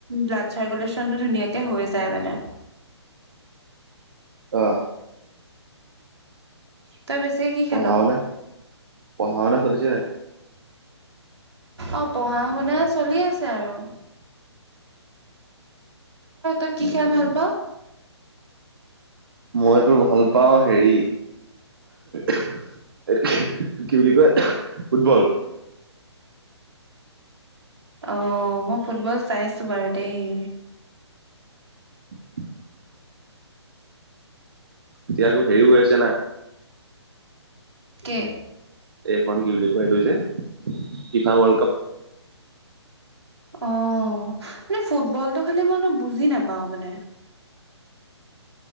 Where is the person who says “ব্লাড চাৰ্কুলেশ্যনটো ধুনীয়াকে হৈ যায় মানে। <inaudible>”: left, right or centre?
Right